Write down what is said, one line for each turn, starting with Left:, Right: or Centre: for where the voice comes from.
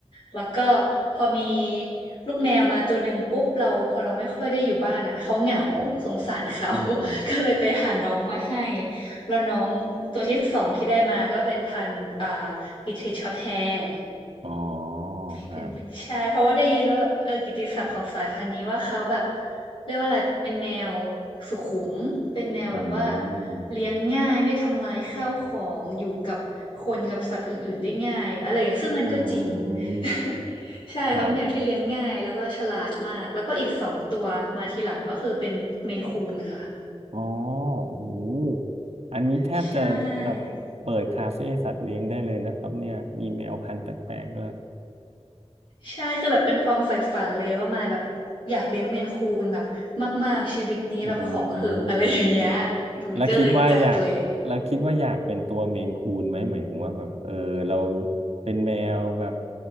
Left: แล้วก็พอมีลูกแมวมาตัวหนึ่งปุ๊บเราพอเราไม่ค่อยได้อยู่บ้านอ่ะเขาเหงาสงสารเขา <laughs>
Right: อืม
Left: ก็เลยไปหาน้องมาให้แล้วน้องตัวที่สองที่ได้มาก็เป็นพันธุ์อ่าบิเทชช็อตแฮร์
Right: อ๋อฮะ
Left: เป็นใช่เพราะว่าได้ยินว่าแบบเออกิตติศัพท์ของสายพันธุ์นี้ว่าเขาแบบเรียกว่าอะไรเป็นแมวสุขุมเป็นแมวแบบว่า
Right: อืม
Left: เลี้ยงง่ายไม่ทำลายข้าวของอยู่กับคนกับสัตว์อื่นๆได้ง่ายอะไรอย่างซึ่งมันก็จริง
Right: อืม
Left: <laughs> ใช่ครับแมวที่เลี้ยงง่ายแล้วก็ฉลาดมากแล้วก็อีกสองตัวมาทีหลังก็คือเป็นเมนคูนค่ะ
Right: ครับ อ๋อโอ้โหอันนี้แทบจะแบบเปิดคาเฟ่สัตว์เลี้ยงได้เลยนะครับเนี่ยมีแมวพันธุ์แปลกๆด้วย
Left: ใช่ ใช่คือแบบเป็นความใฝ่ฝันเลยว่ามายแบบอยากเลี้ยงเมนคูนแบบมากๆชีวิตนี้แบบขอเหอะอะไรอย่างเงี้ยอืมก็เลยจัดเลย
Right: อืม แล้วคิดว่าอยากแล้วคิดว่าอยากเป็นตัวเมนคูนไหมหมายถึงว่าแบบเออเราเป็นแมวแบบ